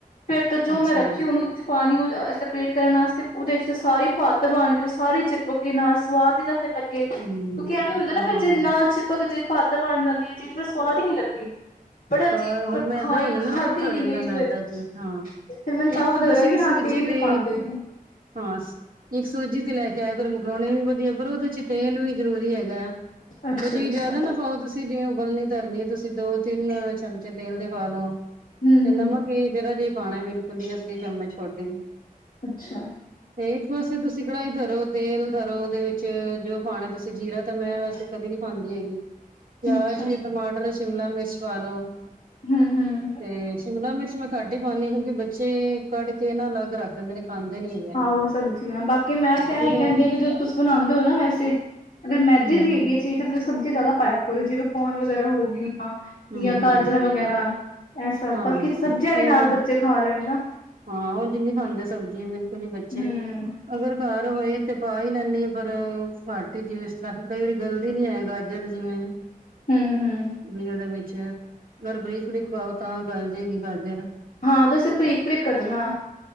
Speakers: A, on the left; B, on the right.
A: ਫਿਰ ਤਾਂ ਜੋ
B: ਅੱਛਾ
A: ਮੈਂ ਰੱਖੀ ਉਹਨੂੰ ਪਾਣੀ ਪੇਟ ਕਰਨ ਵਾਸਤੇ ਉਹਦੇ 'ਚ ਸਾਰੀ ਪਾਤਰ ਬਣ ਗ ਉਹ ਸਾਰੀ ਚਿਪਕ ਨਾਲ ਸਵਾਦ ਤਾਂ ਫਿਰ ਲੱਗੇ ਕਿਉਂਕਿ
B: ਹਮ
A: ਐਵੇਂ
B: ਉਹ
A: ਹੁੰਦਾ
B: ਤਾਂ
A: ਨਾ,
B: ਹਾਂ
A: ਜੇ ਨਾ ਚਿਪਕ ਜੇ ਭਤ ਬਣ ਜਾਂਦੀ ਇਹ ਚੀਜ਼ ਪਰ ਸਵਾਦ ਹੀ ਨੀ ਲੱਗਦੀ, ਬੜਾ ਅਜੀਬ
B: ਸਵਾਦ ਹੋਰ ਮੈਦਾ
A: ਖਾਈ
B: ਹੋ ਜਾਂਦਾ
A: ਖਾਧੀ
B: ਨਾ ਇਕੱਠਾ ਹੋ
A: ਨੀ
B: ਜਾਂਦਾ
A: ਗਈ
B: ਮੈਦਾ
A: ਫਿਰ
B: ਹਾਂ,
A: ਫਿਰ ਮੈਨੂੰ
B: ਇੱਕ
A: ਪਤਾ
B: ਤਾਂ ਤੁਸੀਂ
A: ਲੱਗਾ ਕਿ
B: ਸੂਜੀ
A: ਹਾਂ ਤੇਲ ਵੀ
B: ਦੇ
A: ਪਾਉਂਦੇ ਨੇ
B: ਹਾਂ, ਇੱਕ ਸੂਜੀ ਦੇ ਲੈ ਕੇ ਆਇਆ ਕਰ ਮੈਕਰੋਨੀ ਵੀ ਵਧੀਆ, ਪਰ ਉਹਦੇ 'ਚ ਤੇਲ ਵੀ ਜਰੂਰੀ ਹੈਗਾ,
A: ਅੱਛਾ
B: ਬਜੀ
A: ਅੱਛਾ
B: ਜਿਆਦਾ ਨਾ ਪਾਓ। ਤੁਸੀਂ ਜਿਵੇਂ ਉਬਲਣੀ ਧਰਨੀ ਹੈ, ਤੁਸੀਂ ਦੋ ਤਿੰਨ ਚਮਚੇ ਤੇਲ ਦੇ ਪਾ ਲਓ,
A: ਹਮ
B: ਤੇ
A: ਹਮ
B: ਨਮਕ। ਜੀ ਜਰਾ ਜੇ ਪਾਉਣਾ, ਬਿਲਕੁਲ ਅੱਧੀ ਚਮਚ ਛੋਟੀ।
A: ਅੱਛਾ।
B: ਤੇ ਇੱਕ ਪਾਸੇ ਤੁਸੀਂ ਕੜਾਹੀ ਧਰੋ, ਤੇਲ ਧਰੋ ਉਹਦੇ ਵਿੱਚ ਜੋ ਪਾਉਣਾ ਤੁਸੀਂ ਜੀਰਾ ਤੇ ਮੈਂ ਵੈਸੇ ਕਦੇ ਨੀ ਪਾਉਂਦੀ ਹੈਗੀ ਪਿਆਜ
A: ਅੱਛਾ
B: ਵੀ, ਟਮਾਟਰ, ਸ਼ਿਮਲਾ ਮਿਰਚ ਪਾ ਲੋ,
A: ਹਮ ਹਮ
B: ਤੇ ਸ਼ਿਮਲਾ ਮਿਰਚ ਮ। ਘੱਟ ਹੀ ਪਾਉਂਦੀ, ਕਿਉਂਕਿ ਬੱਚੇ ਕੱਢ ਕੇ ਨਾ ਅਲੱਗ ਰੱਖ ਦਿੰਦੇ ਨੇ ਖਾਂਦੇ ਨੀ ਹੈਗੇ
A: ਆਹੋ ਸਬਜ਼ੀਆਂ, ਬਾਕੀ ਮੈਂ ਤਾਂ
B: ਫਿਰ
A: ਇਹੀ ਕਹਿੰਦੀ,
B: ਉਹ
A: ਕਿ ਜਦੋਂ ਤੁਸੀਂ ਬਣਾਉਂਦੇ ਹੋ ਨਾ ਵੈਸੇ, ਅਗਰ ਮੈਦੇ
B: ਹੂੰ
A: ਦੀ ਹੈਗੀ ਹੈ। ਚ ਤਾਂ ਸਬਜ਼ੀਆਂ ਜ਼ਿਆਦਾ ਪਾਇਆ ਕਰੋ, ਜਿਵੇਂ ਕੋਨ ਵਗੈਰਾ ਹੋ ਗਈ
B: ਹੂੰ
A: ਜਾਂ
B: ਹੂੰ
A: ਗਾਜਰਾਂ ਵਗੈਰਾ, ਇਹ ਸਭ
B: ਹਾਂ
A: ਤਾਂਕਿ
B: ਹਾਂ
A: ਸਬਜ਼ੀਆਂ
B: ਉਹ
A: ਵੀ ਨਾਲ
B: ਅਗਰ
A: ਬੱਚੇ ਖਾ ਲੈਣ ਨਾ।
B: ਹਾਂ, ਉਂਝ ਨਹੀ ਖਾਂਦੇ ਸਬਜ਼ੀਆਂ ਬਿਲਕੁਲ ਹੀ ਬਚੇ
A: ਹਮ
B: ਅਗਰ ਘਰ ਹੋਏ ਤੇ ਪਾ ਹੀ ਲੈਂਦੀ ਆ ਪਰ, ਪਾਰਟੀ ਜਿਵੇਂ ਇਸ ਤਰ੍ਹਾਂ ਕਿ ਕਈ ਵਾਰੀ ਗਲਦੀ ਨਹੀਂ ਹੈ ਗਾਜਰ ਹੋਰ ਜਿਵੇਂ
A: ਹਮ ਹਮ
B: ਵੀ ਉਹਦੇ ਵਿੱਚ ਅਗਰ ਬਰੀਕ ਜਿਹੀ ਪਾਓ ਤਾਂ ਗੱਲ ਜਾਏਗੀ ਗਾਜਰ
A: ਹਾਂ ਤੁਸੀ ਬਰੀਕ, ਬਰੀਕ ਕੱਟਣਾ